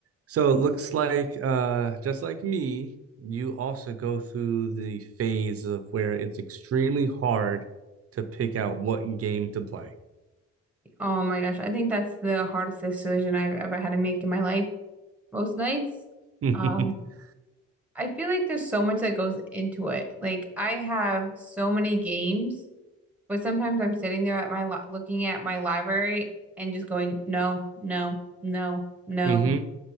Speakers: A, on the right; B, in the centre.
A: So it looks like, uh, just like me, you also go through the phase of where it's extremely hard to pick out what game to play.
B: Oh my gosh, I think that's the hardest decision I've ever had to make in my life most nights.
A: <laughs>
B: Um, I feel like there's so much that goes into it. Like I have so many games, but sometimes I'm sitting there at my li looking at my library and just going, no, no, no, no.
A: hmm